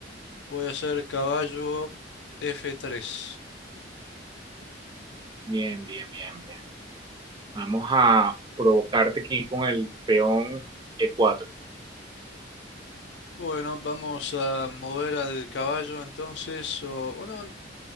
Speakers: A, on the left; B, on the right.
A: Voy a hacer caballo F3.
B: bien, bien, bien, bien. Vamos a provocarte aquí con el peón E4.
A: Bueno, vamos a mover al caballo entonces, o, o no,